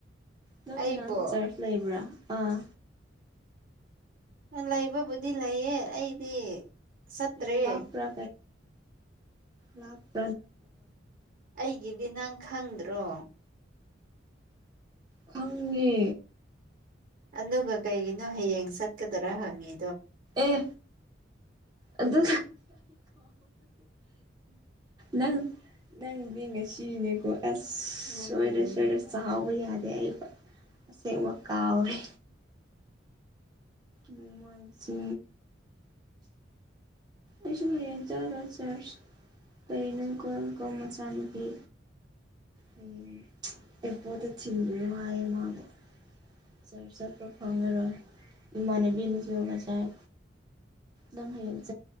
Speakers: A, on the right; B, on the right.
A: ꯅꯣꯏ
B: ꯑꯩꯕꯨ
A: ꯃꯅꯥꯗ ꯆꯔꯆ ꯂꯩꯕ꯭ꯔꯥ ꯑꯥ
B: ꯂꯩꯕꯕꯨꯗꯤ ꯂꯩꯌꯦ ꯑꯩꯗꯤ ꯆꯠꯇ꯭ꯔꯦ
A: ꯌꯥꯝ ꯂꯞꯄꯔ <unintelligible>
B: ꯑꯩꯒꯤꯗꯤ ꯅꯪ ꯈꯪꯗ꯭ꯔꯣ
A: ꯈꯪꯉꯦ
B: ꯑꯗꯨꯒ ꯀꯩꯒꯤꯅꯣ ꯍꯌꯦꯡ ꯆꯠꯀꯗꯔꯥ ꯍꯪꯉꯤ
A: ꯑꯦ ꯑꯗꯨ ꯅꯪ ꯅꯪꯗꯤ ꯉꯁꯤꯅꯦꯀꯣ ꯑꯁ
B: ꯎꯝ
A: ꯁꯣꯏꯔꯦ ꯁꯣꯏꯦꯔꯦ ꯁꯥꯎ ꯌꯥꯗꯦ ꯑꯩ ꯑꯁꯦꯡꯕ ꯀꯥꯎꯔꯦ ꯅꯨꯡꯃꯥꯏꯁꯤ ꯑꯁꯨꯝ ꯍꯌꯦꯡ ꯆꯥꯗ ꯆꯔꯆ ꯀꯔꯤꯅꯣ ꯀꯣꯝ ꯀꯣ ꯃꯆꯥꯅꯨꯄꯤ ꯎꯝ ꯑꯦꯄ ꯇ ꯆꯤꯟꯃꯤ ꯍꯥꯏꯌꯦ ꯃꯥꯒ ꯆꯔ ꯆꯠꯄ ꯐꯪꯉꯔꯣꯏ ꯏꯃꯥꯟꯅꯕꯤꯅꯁꯨꯨ ꯉꯁꯥꯏ ꯅꯪ ꯍꯌꯦꯡꯠ